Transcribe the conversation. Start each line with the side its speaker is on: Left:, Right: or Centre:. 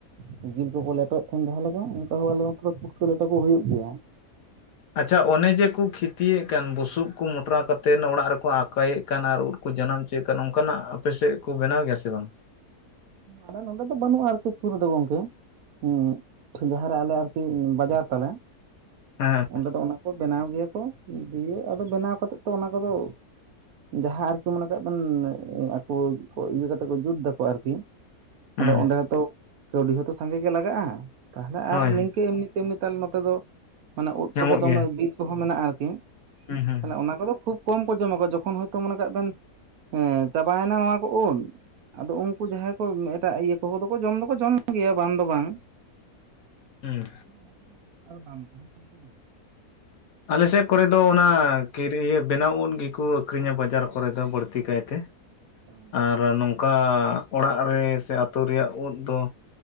Right: ᱠᱚ ᱡᱤᱞ ᱠᱚᱠᱚ ᱞᱮᱴᱚᱭᱮᱫ ᱛᱟᱸᱦᱮᱫ ᱡᱟᱸᱦᱟ ᱞᱮᱠᱟ ᱚᱱᱠᱟ ᱦᱚᱸ ᱟᱞᱮ ᱟᱫᱚ ᱯᱩᱴᱠᱟᱹ ᱞᱮᱴᱚ ᱠᱚ ᱦᱩᱭᱩᱜ ᱜᱮᱭᱟ
Left: ᱟᱪᱪᱷᱟ ᱚᱱᱮ ᱡᱮᱠᱚ ᱠᱷᱤᱛᱤᱭᱮᱫ ᱠᱟᱱ ᱵᱩᱥᱩᱵ ᱠᱚ ᱢᱚᱴᱨᱟ ᱠᱟᱛᱮᱫ ᱚᱲᱟᱜ ᱨᱮᱠᱚ ᱟᱸᱠᱟᱭᱮᱫ ᱠᱟᱱ ᱟᱨ ᱩᱫ ᱠᱚ ᱡᱟᱱᱟᱢ ᱪᱚᱭᱮᱫ ᱠᱟᱱ ᱱᱚᱝᱠᱟᱱᱟᱜ ᱟᱯᱮᱥᱮᱫ ᱠᱚ ᱵᱮᱱᱟᱣ ᱜᱮᱭᱟ ᱥᱮ ᱵᱟᱝ
Right: ᱟᱞᱮ ᱱᱚᱸᱰᱮ ᱫᱚ ᱵᱟᱹᱱᱩᱜᱼᱟ ᱟᱨᱠᱤ ᱥᱩᱨ ᱨᱮ ᱫᱚ ᱜᱚᱝᱠᱮ ᱦᱩ ᱡᱟᱦᱟᱸᱨᱮ ᱟᱞᱮ ᱟᱨᱠᱤ ᱵᱟᱡᱟᱨ ᱛᱟᱞᱮ
Left: ᱦᱮᱸ
Right: ᱚᱸᱰᱮ ᱫᱚ ᱚᱱᱟ ᱠᱚ ᱵᱮᱱᱟᱣ ᱜᱮᱭᱟ ᱠᱚ ᱫᱤᱭᱮ ᱟᱫᱚ ᱵᱮᱱᱟᱣ ᱠᱟᱛᱮᱫ ᱛᱚ ᱚᱱᱟ ᱠᱚᱫᱚ ᱡᱟᱦᱟᱸ ᱟᱨᱠᱤ ᱢᱚᱱᱮ ᱠᱟᱜ ᱵᱮᱱ ᱟᱠᱚ ᱠᱚ ᱤᱭᱟᱹ ᱠᱟᱛᱮ ᱠᱚ ᱡᱩᱛ ᱫᱟ ᱠᱚ ᱟᱨᱠᱤ ᱟᱫᱚ
Left: ᱦᱩᱸ
Right: ᱚᱸᱰᱮ ᱦᱚᱸᱛᱚ ᱠᱟᱹᱣᱰᱤ ᱦᱚᱸᱛᱚ ᱥᱟᱸᱜᱮ ᱜᱮ ᱞᱟᱜᱟᱜᱼᱟ ᱛᱟᱦᱚᱞᱮ
Left: ᱦᱳᱭ
Right: ᱟᱨ
Left: ᱦᱳᱭ
Right: ᱱᱤᱝᱠᱟᱹ ᱮᱢᱱᱤ ᱛᱮᱢᱱᱤ ᱛᱟᱦᱚᱞᱮ ᱱᱚᱛᱮ ᱫᱚ ᱢᱟᱱᱮ ᱳᱫ
Left: ᱧᱟᱢᱚᱜ
Right: ᱠᱚᱦᱚᱸ
Left: ᱜᱮᱭᱟ
Right: ᱫᱚᱢᱮ ᱵᱤᱨ ᱠᱚᱦᱚᱸ ᱢᱮᱱᱟᱜᱼᱟ ᱟᱨᱠᱤ
Left: ᱦᱩᱸ ᱦᱩᱸ
Right: ᱢᱮ ᱚᱱᱟ ᱠᱚᱫᱚ ᱠᱷᱩᱵ ᱠᱚᱢ ᱠᱚ ᱡᱚᱢᱟ ᱠᱚ ᱡᱚᱠᱷᱚᱱ ᱦᱚᱭᱛᱚ ᱢᱚᱱᱮ ᱠᱟᱜ ᱵᱮᱱ ᱮ ᱪᱟᱵᱟᱭᱱᱟ ᱱᱚᱣᱟ ᱠᱚ ᱳᱫ ᱟᱫᱚ ᱩᱱᱠᱩ ᱡᱟᱦᱟᱸᱭ ᱠᱚ ᱮᱴᱟᱜ ᱤᱭᱟᱹ ᱠᱚᱦᱚ ᱫᱚᱠᱚ ᱡᱚᱢ ᱫᱚᱠᱚ ᱡᱚᱢ ᱜᱮᱭᱟ ᱵᱟᱝ ᱫᱚ ᱵᱟᱝ
Left: ᱦᱩᱸ
Right: ᱚᱱᱟ ᱟᱨ ᱫᱟᱢ ᱠᱚᱦᱚᱸ ᱴᱷᱤᱠ ᱜᱮᱭᱟ
Left: ᱟᱞᱮᱥᱮᱫ ᱠᱚᱨᱮ ᱫᱚ ᱚᱱᱟ ᱠᱤᱨᱤᱭᱟᱹ ᱵᱮᱱᱟᱣ ᱳᱫ ᱜᱮᱠᱚ ᱟᱹᱠᱷᱨᱤᱧᱟ ᱵᱟᱡᱟᱨ ᱠᱚᱨᱮ ᱫᱚ ᱵᱟᱹᱲᱛᱤ ᱠᱟᱭᱛᱮ
Right: ᱵᱟᱝ᱾
Left: ᱟᱨ ᱱᱚᱝᱠᱟ ᱚᱲᱟᱜ ᱨᱮ ᱥᱮ ᱟᱛᱳ ᱨᱮᱭᱟᱜ ᱳᱫ ᱫᱚ